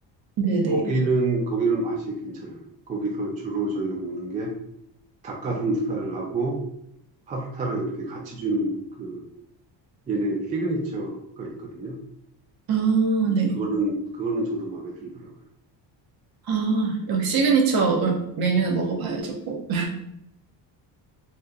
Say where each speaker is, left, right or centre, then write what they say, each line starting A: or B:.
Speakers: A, on the right (about 50°); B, on the right (about 20°).
A: 네네.
B: 거기는 거기는 맛이 괜찮아요. 거기서 주로 저희가 먹는 게 닭가슴살하고 파스타랑 이렇게 같이 주는 그 얘네 시그니처가 있거든요.
A: 아, 네.
B: 그거는 그거는 저도 마음에 들더라고요.
A: 아, 여기 시그니처 음, 메뉴는 먹어봐야죠, 꼭.